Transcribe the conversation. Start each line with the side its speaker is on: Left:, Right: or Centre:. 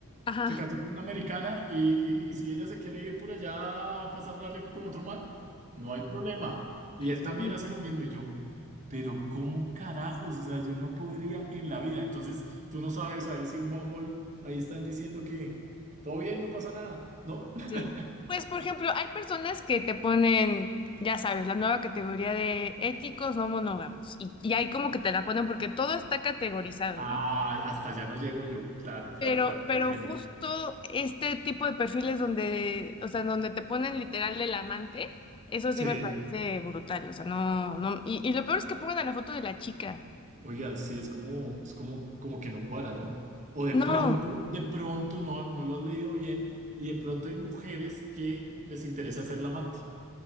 Left: ajá,
Right: Se casó con una americana y, y- y si ella se quiere ir por allá a pasarla rico con otro man, no hay problema. Y
Left: sí,
Right: él también hace lo mismo. Y yo, pero ¿cómo carajos? O sea, yo no podría en la vida. Entonces, tú no sabes, ahí sí en Bumble, ahí están diciendo que todo bien, no pasa nada, ¿no? <laughs>
Left: sí. Pues, por ejemplo, hay personas que te ponen, ya sabes, la nueva categoría de éticos no monógamos. Y, y ahí como que te la ponen porque todo está categorizado,
Right: Ah,
Left: ¿no?
Right: hasta allá no llego yo. Claro, claro,
Left: Pero,
Right: claro,
Left: pero
Right: te entiendo.
Left: justo este tipo de perfiles donde, o sea, donde te ponen literal del amante, eso sí
Right: Sí.
Left: me parece brutal, o sea, no, no, y, y lo peor es que pongan a la foto de la chica.
Right: Oiga, sí, es como, es como, como que no cuadra, ¿no? O de
Left: No,
Right: pronto, de pronto no, no lo has leído bien y de pronto hay mujeres que les interesa ser la amante.